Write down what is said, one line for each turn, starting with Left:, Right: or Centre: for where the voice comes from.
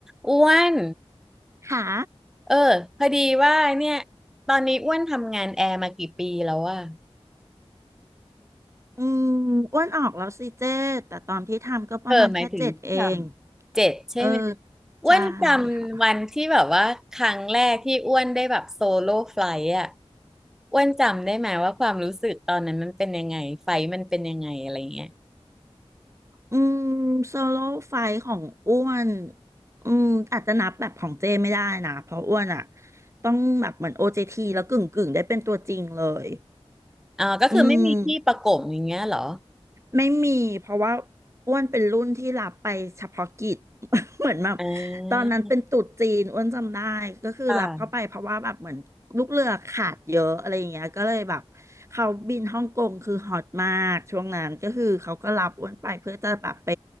Centre: อ้วน
Right: ค่ะ
Centre: เออพอดีว่าเนี่ยตอนนี้อ้วนทำงานแอร์มากี่ปีแล้วอะ
Right: อืมอ้วนออกแล้วสิเจ้แต่ตอนที่ทำก็ประมาณแค่เจ็ดเอง
Centre: เออหมายถึงที่ทำเจ็ดใช่ไหม
Right: เออ
Centre: อ้วนจำวันที่แบบว่าครั้งแรกที่อ้วนได้แบบโซโล่ไฟล์อะ
Right: ใช่ค่ะ
Centre: อ้วนจำได้ไหมว่าความรู้สึกตอนนั้นมันเป็นยังไงไฟล์มันเป็นยังไงอะไรเงี้ย
Right: อืมโซโล่ไฟท์ของอ้วนอืมอาจจะนับแบบของเจ้ไม่ได้นะ เพราะอ้วนอ่ะต้องแบบเหมือน OJT แล้วกึ่งกึ่งได้เป็นตัวจริงเลย
Centre: อ๋อก็คือไม่มีที่ประกบอย่างเงี้ยเหรอ
Right: อืม ไม่มีเพราะว่าอ้วนเป็นรุ่นที่รับไปเฉพาะกิจ <laughs> เหมือนแบบ
Centre: อ่า
Right: ตอนนั้นเป็นตรุษจีนอ้วนจำได้ก็คือรับเข้าไปเพราะว่าแบบเหมือนลูกเรือขาดเยอะอะไรอย่างเงี้ยก็เลยแบบเขาบินฮ่องกงคือฮอตมากช่วงนั้นก็คือเขาก็รับอ้วนไปเพื่อจะแบบไป
Centre: ค่ะ